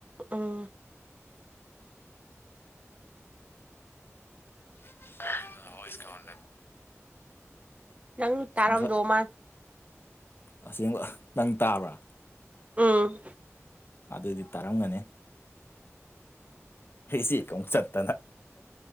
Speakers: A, on the right (about 25°); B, on the left (about 45°).
A: ꯎꯝ꯫
B: <unintelligible>
A: ꯅꯪ ꯇꯥꯔꯝꯗꯣ
B: ꯉꯁꯥꯏ
A: ꯃꯥꯟ
B: ꯑꯁꯦꯡꯕ ꯅꯪ ꯇꯥꯕ꯭ꯔꯥ꯫
A: ꯎꯝ꯫
B: ꯑꯗꯨꯗꯤ ꯇꯥꯔꯝꯒꯅꯤ꯫ ꯔꯤꯖꯦꯛ ꯑꯃꯨꯛ ꯆꯠꯇꯅ꯫